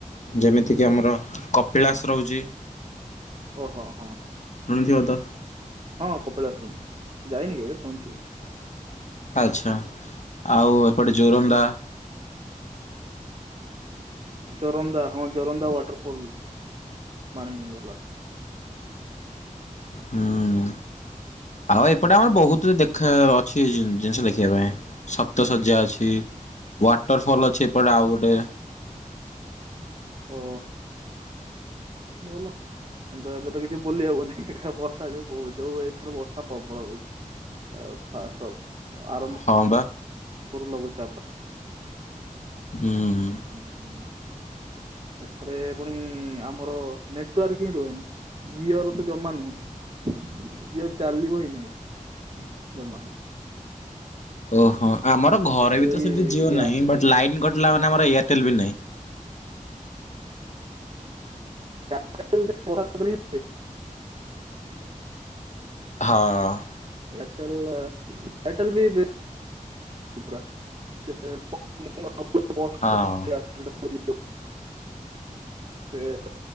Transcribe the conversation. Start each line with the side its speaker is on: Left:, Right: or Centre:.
Left: ଯେମିତିକି ଆମର କପିଳାସ ରହୁଚି।
Right: ଓହୋ ହଁ ହଁ।
Left: ସୁଣିଥିବତ?
Right: ହଁ କପିଳାସ ଶୁଣିଚି ଯାଇନି କେବେ ଶୁଣିଚି।
Left: ଆଚ୍ଛା ଆଉ ଏପଟେ ଜୋରନ୍ଦା।
Right: ଜୋରନ୍ଦା ହଁ ଜୋରନ୍ଦା ୱାଟରଫଲ ପାଣି ବାଲା।
Left: ହୁଁ ଆଉ ଏପଟେ ଆମର ବହୁତୁ ଦେଖା ଅଛି ଜିନିଷ ଦେଖିବା ପାଇଁ। ସପ୍ତ ଶଯ୍ୟା ଅଛି ୱାଟର ଫଲ୍ ଅଛି ଏପଟେ ଆଉ ଗୋଟେ।
Right: ଓ। ବୋଲ। କିନ୍ତୁ ଏବେ ତ କିଛି ବୁଲି ହବନି ବର୍ଷା ଯୋଉ କୋହୁ ଯୋଉ ଏଥର ବର୍ଷା ପ୍ରବଳ ହୋଉଚି। ଅଉ ଫାସ୍ଟ ଆରମ୍ଭ।
Left: ହଁ ବା।
Right: ଗୁରୁ ଲଘୁ ଚାପ।
Left: ହୁଁ।
Right: ହୁଁଁ ହୁଁ। ଏପଟେ ପୁଣି ଆମର ନେଟୱାର୍କ ହିଁ ରୁହେନି। ଜିଓର ତ ଜମା ନୁହଁ ଜିଓ ଚାଲିବ ହିଁ ନହିଁ ପୁରା ଜମା।
Left: ଓହୋ ଆମର ଘରେ
Right: ବାଧ୍ୟ
Left: ବି
Right: ହେଇକି
Left: ତ ସେମିତି ଜିଓ
Right: ୟା
Left: ନାହିଁ ବଟ୍ ଲାଇନ କଟିଲା ମାନେ ଆମର ଏୟାରଟେଲେ ବି ନାହିଁ।
Right: ଚାରିଟା ବୋଳୁକୁ ଟିକେ ପଢ଼ା କରିବେ।
Left: ହଁ।
Right: ଏୟାଟେଲ୍ ର ଏୟାରଟେଲ୍ ବିବେ ସେପୁରା <inaudible>
Left: ହଁ।
Right: <unintelligible> ସେ <unintelligible>